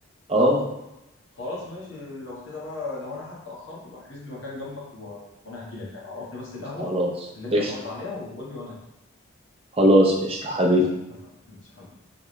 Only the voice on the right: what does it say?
اه
خلاص
قشطة
خلاص قشطة حبيبي